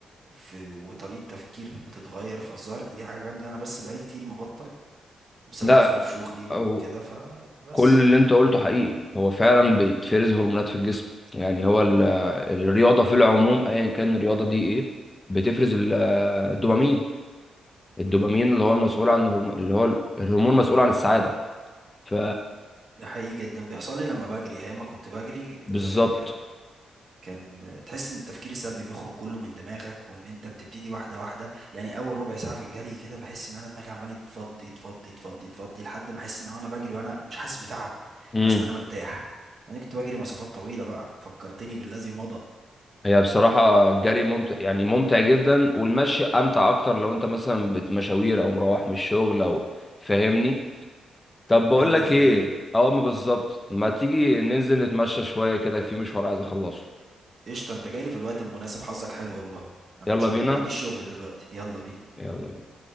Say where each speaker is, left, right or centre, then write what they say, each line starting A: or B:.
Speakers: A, on the right; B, on the left.
A: في وطريقة تفكير بتتغير فالظاهر إن دي حاجة جامدة أنا بس بقالي كتير مبطل بسبب
B: لا
A: ظروف شغلي وكده
B: أو
A: فبس
B: كل اللي انت قلته حقيقي هو فعلا بيتفرز هرمونات في الجسم يعني هو ال- الرياضه
A: مم.
B: في العموم ايا كان الرياضه دي ايه بتفرز ال- الدوبامين الدوبامين
A: مم.
B: اللي هو المسؤول عن الهرم- اللي هو ال- الهرمون المسؤول عن السعادة ف
A: ده حقيقي جدا بيحصل لي لما بجري أيام ما كنت بجري
B: فبالظبط
A: آه، كان تحس ان التفكير السلبي بيخرج كله من دماغك وان انت بتبتدي واحده واحده يعني اول ربع ساعه في الجري كده بحس ان انا دماغي عمال تفضي تفضي تفضي تفضي لحد ما احس ان انا بجري وانا مش حاسس بتعب
B: امم
A: حاسس ان انا مرتاح انا كنت بجري مسافات طويله بقى فكرتني بالذي مضى
B: هي بصراحة الجري ممتع يعني ممتع جدا والمشي أمتع
A: مم.
B: أكتر لو أنت مثلا بتمشاوير أو مروح من الشغل أو فاهمني طب
A: مم.
B: بقول
A: هاند
B: لك
A: فري
B: إيه أه ما بالظبط ما تيجي ننزل نتمشى شوية كده في مشوار عايز أخلصه
A: قشطه انت جاي لي في الوقت المناسب حظك حلو والله انا
B: يلا
A: مش
B: بينا
A: عن... ما عنديش شغل دلوقتي يلا بينا
B: يلا